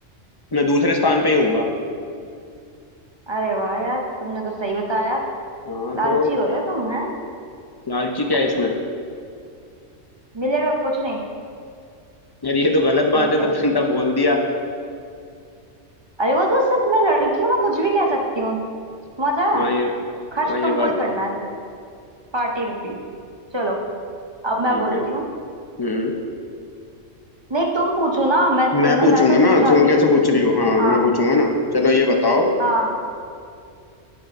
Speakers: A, on the left (about 30°); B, on the right (about 30°).
A: मैं दूसरे स्थान पे ही हूँ
B: अरे वाह यार तुमने तो सही बताया
A: हाँ
B: लालची
A: तो
B: हो रहे हो तुम हैं
A: लालची क्या है इसमें
B: मिलेगा कुछ नहीं
A: यार ये तो गलत
B: ठीक
A: बात है
B: है
A: तुमने तो बोल दिया
B: अरे वो तो सिर्फ मैं लड़की हूँ मैं कुछ भी कह सकती हूँ समझ आया
A: हाँ ये
B: खर्च
A: हाँ ये
B: तुमको
A: बात
B: ही
A: है
B: करना है पार्टी में भी चलो अब
A: ठीक
B: मैं बोलती
A: है
B: हूँ
A: हम्म
B: नहीं तुम पूछो ना मैं तुमने
A: मैं पूछूंगा
B: मैंने तो पूछा
A: ना तुम
B: अभी
A: कैसे पूछ रही हो हाँ
B: हाँ
A: मैं पूछूंगा ना चलो ये बताओ
B: हाँ